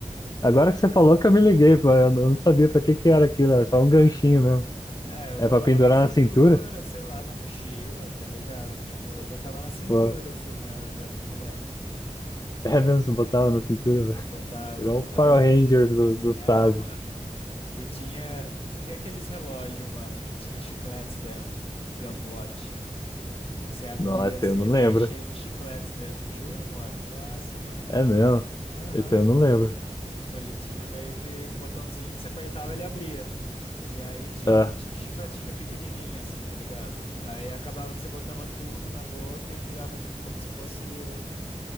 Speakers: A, on the left; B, on the left.
A: Agora que você falou que eu me liguei, pô, eu não sabia pra que que era aquilo, era só um ganchinho mesmo.
B: é, eu
A: É
B: botava
A: pra pendurar
B: na cintura,
A: na cintura?
B: sei lá, na mochila, tá ligado? Tipo, eu botava na cintura,
A: Pô,
B: assim, eu lembro de moleque.
A: <laughs> é mesmo, você botava na cintura, <laughs> velho.
B: Botava,
A: Igual
B: mano,
A: o
B: na
A: Power
B: bermudinha,
A: Rangers do-
B: assim.
A: dos
B: É,
A: Tazos.
B: mano. E tinha. E aqueles relógios, mano, que tinha chicletes dentro. Gumwatch. Que você abria
A: Nossa,
B: assim,
A: eu não
B: ele
A: lembro.
B: era cheio de chicletes dentro. Jura, mano? Nossa, mano.
A: É mesmo,
B: Aham.
A: esse eu não lembro.
B: Tipo, ele tinha meio que um botãozinho que você apertava e ele abria. E aí tinha
A: Ah,
B: um monte de chicletinho pequenininho, assim, tá ligado? Aí acabava que você botava tudo na boca e virava, tipo, como se fosse um